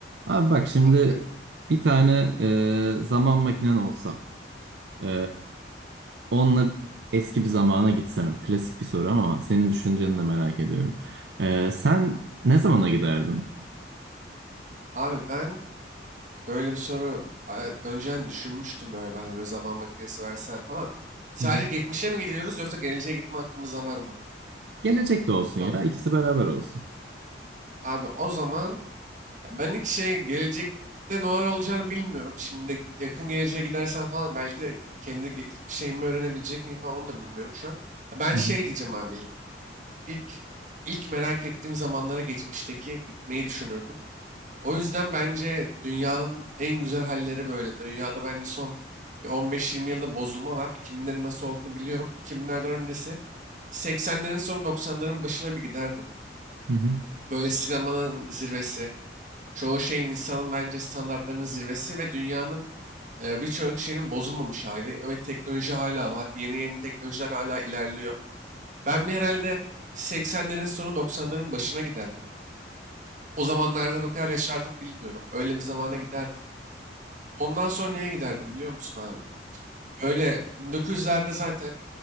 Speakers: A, on the right; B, on the right.
A: Abi bak şimdi
B: Abi,
A: bir tane e, zaman makinen olsa e, onunla eski bir zamana gitsen klasik bir soru ama senin düşünceni de merak ediyorum. E, sen ne zamana giderdin?
B: abi ben böyle bir soru e, önceden düşünmüştüm böyle ben böyle zaman makinesi verseler falan. Sadece
A: Hı hı,
B: geçmişe mi gidiyoruz yoksa geleceğe gitme hakkımız da var mı?
A: Gelecek de olsun
B: Tamam.
A: ya ikisi beraber olsun.
B: Abi o zaman ya ben ilk şey gelecekte neler olacağını bilmiyorum. Şimdi yakın geleceğe gidersen falan belki de kendi ge- şeyimi öğrenebilecek miyim falan onu da bilmiyorum şu an. Ya Ben
A: hı
B: şey
A: hı,
B: diyeceğim abi ilk. İlk, ilk merak ettiğim zamanlara geçmişteki gitmeyi düşünürdüm. O yüzden bence dünyanın en güzel halleri böyle. Dünyada bence son bir 15-20 yılda bozulma var. 2000'lerin nasıl olduğunu biliyorum. 2000'lerden öncesi 80'lerin sonu 90'ların başına bir giderdim.
A: hı hı.
B: Böyle sinemanın zirvesi, çoğu şeyin insanın bence standartlarının zirvesi ve dünyanın e, birçok şeyinin bozulmamış hali. Evet teknoloji hala var. Yeni yeni teknolojiler hala ilerliyor. Ben bir herhalde 80'lerin sonu 90'ların başına giderdim. O zamanlarda ne kadar yaşardım bilmiyorum. Öyle bir zamana giderdim. Ondan sonra neye giderdim biliyor musun abi? Böyle 1900'lerde zaten